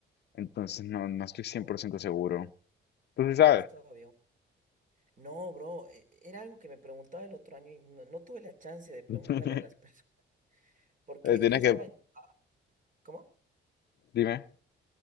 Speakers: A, on the left (about 55°); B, on the right (about 40°).
A: Entonces no, no estoy
B: Ajá,
A: cien
B: bueno,
A: por ciento seguro. Tú sí sabes.
B: es todavía... un- No, bro, e- era algo que me preguntaba el otro año y no, no tuve la chance de preguntarle
A: <laughs>
B: a las <laughs> personas. Porque
A: Eh, Tienes
B: yo estaba
A: que,
B: en... ah, ¿Cómo?
A: dime.